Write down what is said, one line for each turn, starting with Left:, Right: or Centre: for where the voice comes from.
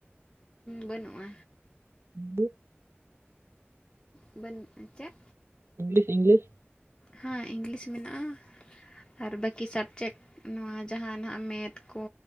Left: ᱵᱟᱹᱱᱩᱜᱼᱟ᱾
Right: <unintelligible>
Left: <unintelligible> ᱪᱮᱫ
Right: ᱤᱝᱞᱤᱥ ᱤᱝᱞᱤᱥ
Left: ᱦᱮᱸ ᱤᱝᱞᱤᱥ ᱢᱮᱱᱟᱜᱼᱟ ᱾ ᱟᱨ ᱵᱟᱹᱠᱤ ᱥᱟᱵᱽᱡᱮᱠᱴ ᱱᱚᱣᱟ ᱡᱟᱦᱟ ᱱᱟᱦᱟᱜ ᱢᱮᱛ ᱠᱚ